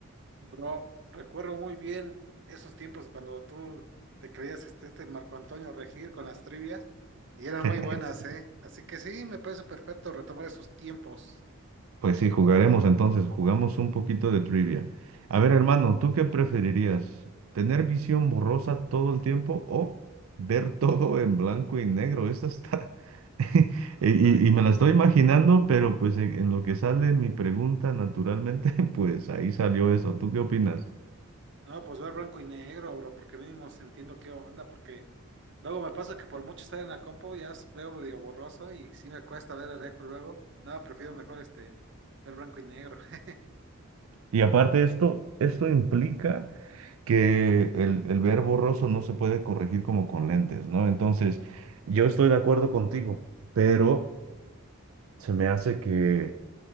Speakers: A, on the right (about 55°); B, on the right (about 70°).
A: bro? Recuerdo muy bien esos tiempos cuando tú te creías este, este Marco Antonio Regir con las trivias y eran
B: <laughs>
A: muy buenas, ¿eh? Así que sí, me parece perfecto retomar esos tiempos.
B: Pues sí, jugaremos entonces, jugamos un poquito de trivia. A ver, hermano, ¿tú qué preferirías? ¿Tener visión borrosa todo el tiempo o ver <laughs> todo en blanco y negro? Esta está... <laughs>
A: Puta
B: Y,
A: vida.
B: y- y me la estoy imaginando, pero pues en, en lo que sale mi pregunta, naturalmente, <laughs> pues ahí salió eso. ¿Tú qué opinas?
A: No, pues ver blanco y negro, bro, porque mínimo entiendo qué onda, porque luego me pasa que por mucho estar en la compu ya s- veo medio borroso y sí me cuesta ver el lejos luego. No, prefiero mejor este ver blanco y negro. <laughs>
B: Y aparte esto, esto implica que el, el ver borroso no se puede corregir como con lentes, ¿no? Entonces, yo estoy de acuerdo contigo, pero... Se me hace que,